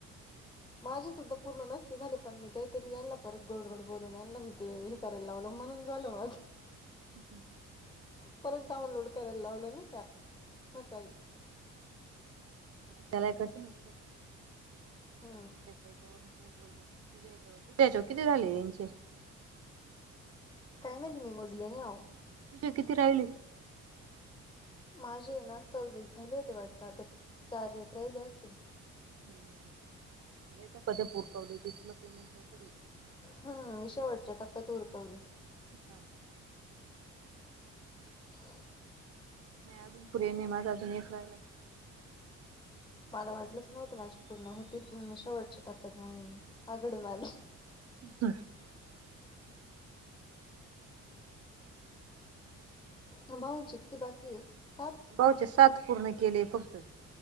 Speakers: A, on the left; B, on the right.
A: माझे सुद्धा पूर्ण नसते झाले पण मी काहीतरी यांना परत गोडगोड बोलून यांना मी ते करायला लावल म्हणून झाल मज
B: <inaudible>
A: परत डाऊनलोड करायला लावलं ना का सकाळी.
B: आता त्यालाय कते ना.
A: हा.
B: तू बोल मग तुझ्या याच्या तुझ्या याच्य किती झा <unintelligible>
A: कायमे त मी मजले आ.
B: तुझे किती राहिलेस.
A: माझे ना सव्वीस झाले होते वाटत आता चार व राहिले असतील.
B: ह मलादा कध पुरकावले तुसला पेमेंट नक
A: हा विषय वाटच्या टप्यात उरकवले.
B: हा.
A: <inaudible>
B: मी अजून पुढेने माझं अजून एक राहिलाय.
A: मला वाटलंच नव्हतं माझे पूर्ण होतील पण मी शेवटच्या टप्प्यात मंग आघडी मारली.
B: <unintelligible>
A: मं बाऊंची किती बाकीये सात?
B: बाऊचे साथ पूर्ण केले फक्त.